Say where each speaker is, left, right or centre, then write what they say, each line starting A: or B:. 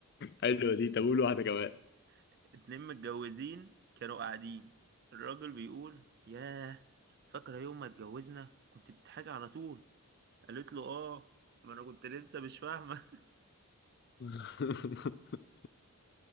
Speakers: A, on the left (about 50°); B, on the right (about 45°).
A: حلوه دي طب قول واحده كمان
B: <laughs> اتنين متجوزين كانوا قاعدين الراجل بيقول ياه فاكرة يوم ما اتجوزنا كنت بتضحكي على طول قالت له اه ما انا كنت لسه مش فاهمة
A: <laughs>